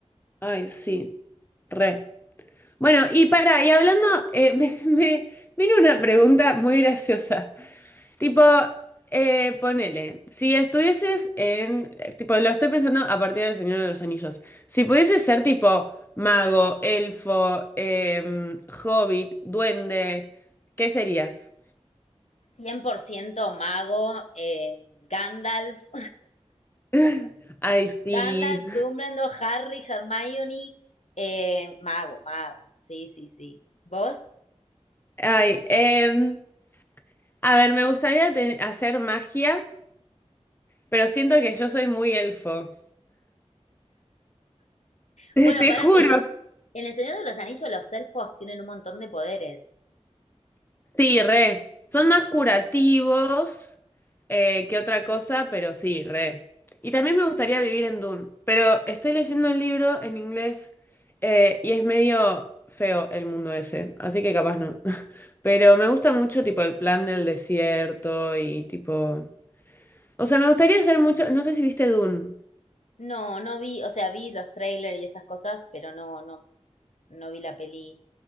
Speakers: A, on the left (about 20°); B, on the left (about 85°).
A: Ay, sí, re. Bueno, y para, y hablando, eh, <laughs> me, me vino una pregunta muy graciosa. Tipo, eh, ponele, si estuvieses en, tipo, lo estoy pensando a partir del Señor de los Anillos, si pudieses ser tipo mago, elfo, em, hobbit, duende, ¿qué serías?
B: 100% mago, eh, Gandalf
A: <laughs> Ay, sí.
B: Gandalf, Dumbledore, Harry, Hermione, eh, mago, maga. Sí, sí, sí. ¿Vos?
A: Ay, em, a ver, me gustaría ten- hacer magia, pero siento que yo soy muy elfo. <laughs>
B: Bueno,
A: Te
B: pará,
A: juro.
B: pero los en El Señor de los Anillos los elfos tienen un montón de poderes.
A: Sí, re. Son más curativos eh, que otra cosa, pero sí, re. Y también me gustaría vivir en Dune, pero estoy leyendo el libro en inglés eh, y es medio feo el mundo ese, así que capaz no. <laughs> Pero me gusta mucho tipo el plan del desierto y tipo... O sea, me gustaría hacer mucho... No sé si viste Dune.
B: No, no vi, o sea, vi los trailers y esas cosas, pero no, no, no vi la peli,